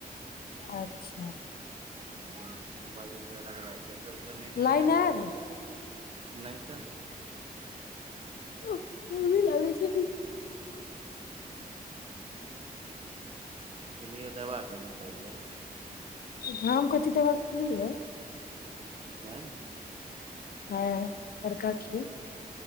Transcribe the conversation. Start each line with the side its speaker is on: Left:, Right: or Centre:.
Left: अच्छा
Right: त बाज त लग <unintelligible> जब तक निंद नइ
Left: लाइन
Right: एल
Left: आयल
Right: तब तक नहि तऽ
Left: ओ गरमी लागै छै
Right: खिलियै दवा के न तै लेल
Left: हम कथि दबा क खेलियै यो
Right: चिकेन
Left: हँ बड़का खीर